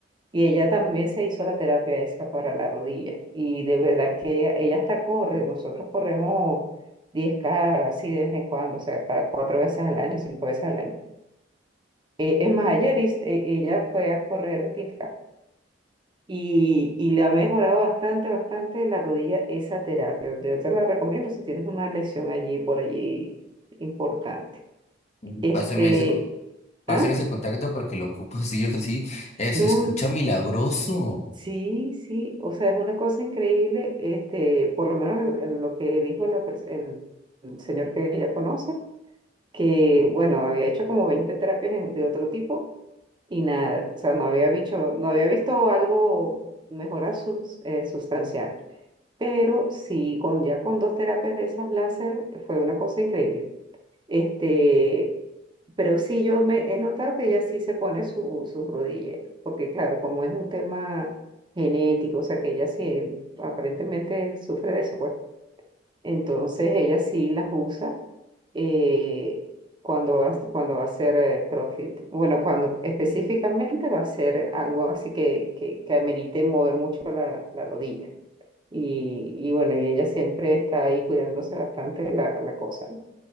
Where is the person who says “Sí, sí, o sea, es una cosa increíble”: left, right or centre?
Right